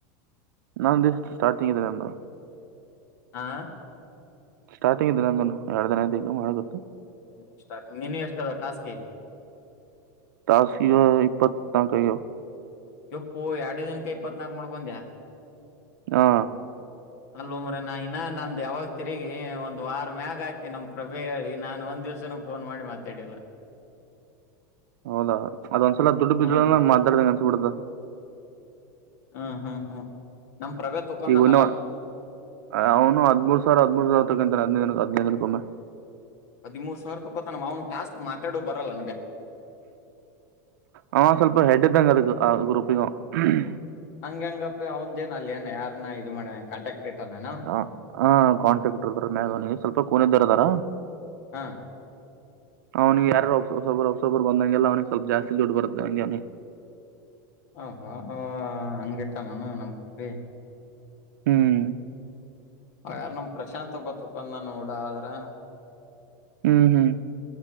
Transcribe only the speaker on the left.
ಆ
<unintelligible> ನಿನ್ನೆ ಎಷ್ಟ ಅದ ಟಾಸ್ಕಿಗೆ
ಯಪ್ಪೋ, ಎರಡೇ ದಿನಕ ಇಪ್ಪತ್ನಾಲ್ಕ್ ಮಾಡ್ಕೊಂಡ್ಯಾ?
ಅಲ್ಲೋ ಮರಾಯ, ನಾ ಇನ್ನ ನಂದು ಯಾವಾಗ ತಿರುಗಿ ಒಂದ್ ವಾರ ಮ್ಯಾಗ ಆಯ್ತಿ ನಮ ಪ್ರಭೆಯ ಹೇಳಿ, ನಾನು ಒಂದ್ ದಿವ್ಸನೂ ಫೋನ್ ಮಾಡಿ ಮಾತಾಡಿಲ್ಲ.
ಹ್ಮ್.
ಹಾ ಹಾ ಹಾ ನಮ್ ಪ್ರಬೆಯ ತೊಕೊಂಡನಲ್ಲಾ?
ಹದಿಮೂರ್ ಸಾವಿರ್ ತಗೋತಾನ ಅವ್ ಟಾಸ್ಕ್ ಮಾತಾಡೋ ಬರಲ್ಲ.
ಹಂಗ ಹೆಂಗಪ್ಪಿ, ಅವಂದ್ಏನ್ ಅಲ್ಯನ ಯಾರನ್ನ ಇದು ಮಾಡನಾ, ಕಾಂಟ್ಯಾಕ್ಟ್ ಇಟ್ಟಾನೇನ
ಹಾ
ಹೌವಾ <unintelligible> ಹಾಂಗ ಇಟನ ಏನ <unintelligible>
ಹಾಗಾರ ನಮ್ಮ ಪ್ರಶಾಂತ್ ಒಬ್ಬ ತುಖಂದ <unintelligible> ನೋಡ ಆದ್ರ